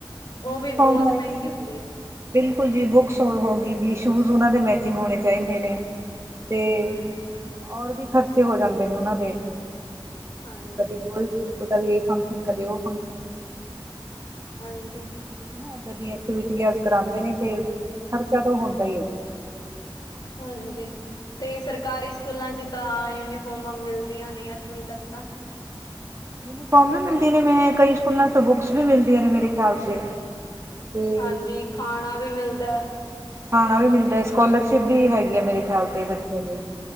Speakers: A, on the right; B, on the left.
A: ਯੂਨੀਫਾਰਮ
B: ਉਹ ਵੀ ਬਹੁਤ ਮਹਿੰਗੀ
A: ਹੈਗੀ
B: ਹੁੰਦੀ ਆ‌।
A: ਬਿਲਕੁਲ ਜੀ, ਬੁੱਕਸ ਹੋ ਗਈ ਜੀ, ਸ਼ੂਜ਼ ਉਹਨਾਂ ਦੇ ਮੈਚਿੰਗ ਹੋਣੇ ਚਾਹੀਦੇ ਨੇ। ਤੇ,
B: ਹਾਂਜੀ
A: ਔਰ ਵੀ ਖਰਚੇ ਹੋ ਜਾਂਦੇ ਨੇ ਉਹਨਾਂ ਦੇ।
B: ਹਾਂਜੀ।
A: ਕਦੇ ਕੋਈ ਟ੍ਰਿਪ ਕਦੇ ਇਹ ਫੰਕਸ਼ਨ, ਕਦੇ ਉਹ ਫੰਕਸ਼ਨ।
B: ਹਾਂਜੀ।
A: ਹਨਾ, ਏਦਾਂ ਦੀ ਐਕਟੀਵਿਟੀਸ ਕਰਾਉਦੇ ਨੇ ਤੇ ਖ਼ਰਚਾ ਹੁੰਦਾ ਏ ਜੀ।
B: ਹਾਂਜੀ। ਤੇ ਸਰਕਾਰੀ ਸਕੂਲਾਂ 'ਚ ਤਾਂ ਯੂਨੀਫੋਮਾਂ ਮਿਲਦੀਆਂ ਨੇ ਅੱਠਵੀਂ ਤੱਕ ਤਾਂ।
A: ਯੂਨੀਫੋਮ ਵੀ ਮਿਲਦੀ ਨੇ, ਮੈਂ ਕਈ ਸਕੂਲਾਂ ਤੋਂ ਬੁੱਕਸ ਵੀ ਮਿਲਦੀਆਂ ਨੇ ਮੇਰੇ ਖਿਆਲ ਸੇ। ਤੇ
B: ਹਾਂਜੀ, ਖਾਣਾ ਵੀ ਮਿਲਦਾ।
A: ਖਾਣਾ ਵੀ ਮਿਲਦਾ, ਸਕੋਲਰਸ਼ਿਪ ਵੀ ਹੈਗੀ ਹੈ ਮੇਰੇ ਖਿਆਲ ਦੇ ਬੱਚਿਆਂ ਲਈ।